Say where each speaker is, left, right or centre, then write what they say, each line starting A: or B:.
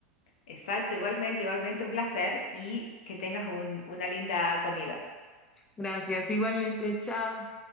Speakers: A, on the left; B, on the left.
A: Exacto, igualmente, igualmente un placer y que tengas un- una linda comida.
B: Gracias, igualmente, chao.